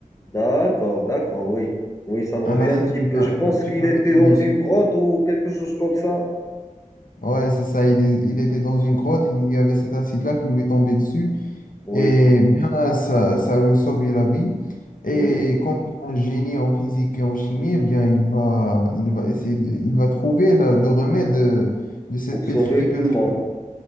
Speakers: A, on the left; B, on the left.
A: d'accord, d'accord, oui. Oui, ça me revient
B: un acide
A: un petit
B: qui
A: peu.
B: va,
A: Je pense
B: qui, qui
A: qu'il
B: va
A: était
B: lui tomber
A: dans
B: dessus.
A: une grotte ou quelque chose comme ça.
B: Ouais, c'est ça, il, est- il était dans une grotte et il y avait cet acide-là qui lui est tombé dessus.
A: Oui,
B: Et bien, ça, ça lui a sauvé la vie. Et
A: oui,
B: comme il est un génie en physique et en chimie, eh bien, il va, il va essayer de, il va trouver la- le remède de, de cette
A: pour
B: pétrification.
A: sauver tout le monde.